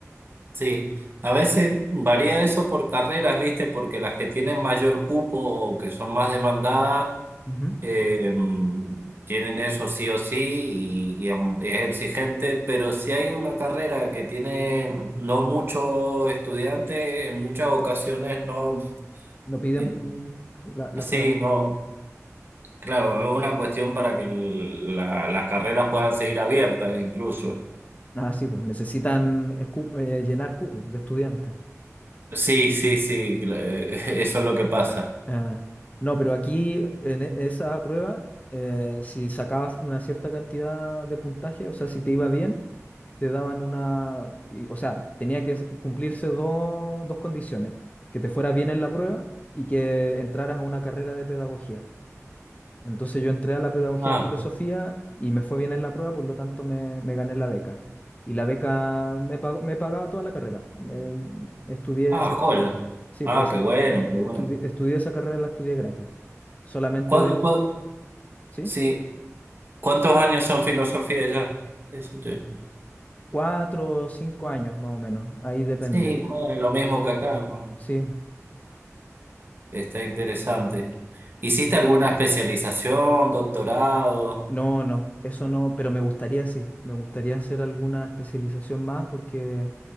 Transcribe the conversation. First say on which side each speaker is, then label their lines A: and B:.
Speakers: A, on the right; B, on the left.
A: Sí, a veces varía eso por carreras, ¿viste? Porque las que tienen mayor cupo o que son más demandadas,
B: Ujú.
A: eh, tienen eso sí o sí y, y em- es exigente, pero si hay una carrera que tiene no muchos estudiantes, en muchas ocasiones no,
B: No piden
A: el-
B: la, la
A: sí,
B: prueba.
A: no, claro, es una cuestión para que el- la- las carreras puedan seguir abiertas incluso.
B: Ah, sí, pues necesitan escu- eh, llenar cupos de estudiantes.
A: Sí, sí, sí, cla- <laughs> eso es lo que pasa.
B: Ah, no, pero aquí en e- esa prueba, eh, si sacabas una cierta cantidad de puntaje, o sea, si te iba bien, te daban una, y- o sea, tenía que s- cumplirse dos, dos condiciones, que te fuera bien en la prueba y que entraras a una carrera de pedagogía. Entonces yo entré a la pedagogía
A: Ah.
B: en filosofía y me fue bien en la prueba, por lo tanto me, me gané la beca. Y la beca me pagó- me pagaba toda la carrera. Eh, estudié
A: Ah,
B: esa,
A: joya.
B: ca- sí,
A: Ah,
B: pues
A: qué
B: esa-
A: bueno,
B: est-
A: qué bueno.
B: estudié, estudié esa carrera, la estudié gratis. Solamente
A: ¿Cuán-
B: debo,
A: cuán-
B: ¿sí?
A: sí, ¿Cuántos años son filosofía ya? Eso te-
B: Cuatro o cinco años más o menos, ahí depende.
A: Sí, bueno, lo mismo que acá, ¿no?
B: Sí.
A: Está interesante. ¿Hiciste alguna especialización, doctorado?
B: No, no, eso no, pero me gustaría sí, me gustaría hacer alguna especialización más porque